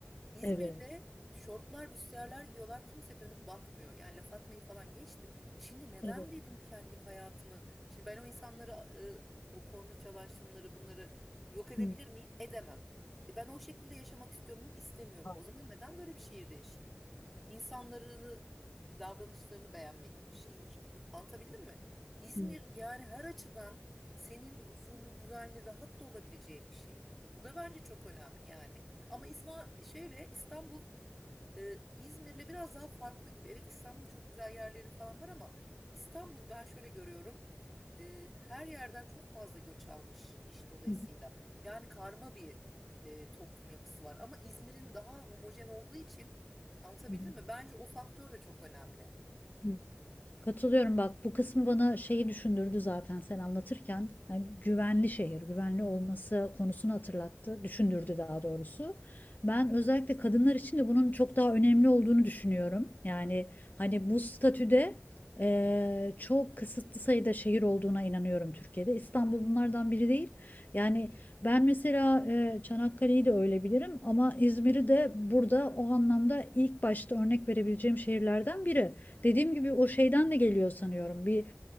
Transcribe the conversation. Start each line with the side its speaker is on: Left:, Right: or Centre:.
Centre: İzmir'de
Left: Evet.
Centre: şortlar, büstiyerler giyiyorlar. Kimse dönüp bakmıyor. Yani laf atmayı falan geçtim. Şimdi neden
Left: Evet.
Centre: dedim kendimi hayatımı? Şimdi ben o insanları, e, o korna çalan şunları bunları yok edebilir
Left: Hı.
Centre: miyim? Edemem. E ben o şekilde yaşamak istiyor muyum? İstemiyorum.
Left: Hı.
Centre: O zaman neden böyle bir şehirde yaşayayım? insanlarını, davranışlarını beğenmediğim bir şehir. Anlatabildim mi? İzmir
Left: Hı.
Centre: yani her açıdan senin huzurlu, güvenli, rahat da olabileceğin bir şehir. Bu da bence çok önemli yani. Ama İzma şöyle İstanbul ee, İzmir'le biraz daha farklı gibi. Evet İstanbul'da çok güzel yerleri falan var ama İstanbul ben şöyle görüyorum. e, her yerden çok fazla göç almış iş dolayısıyla.
Left: Hı.
Centre: Yani karma bir e, toplum yapısı var. Ama İzmir'in daha homojen olduğu için anlatabildim
Left: Hı.
Centre: mi? Bence o faktör de çok önemli.
Left: Hı. Katılıyorum bak bu kısmı bana şeyi düşündürdü zaten sen anlatırken. Yani güvenli şehir, güvenli olması konusunu hatırlattı, düşündürdü daha doğrusu. Ben özellikle kadınlar için de bunun çok daha önemli olduğunu düşünüyorum. Yani hani bu statüde eee, çok kısıtlı sayıda şehir olduğuna inanıyorum Türkiye'de. İstanbul bunlardan biri değil. Yani ben mesela eee, Çanakkale'yi de öyle bilirim ama İzmir'i de burada o anlamda ilk başta örnek verebileceğim şehirlerden biri. Dediğim gibi o şeyden de geliyor sanıyorum. Bir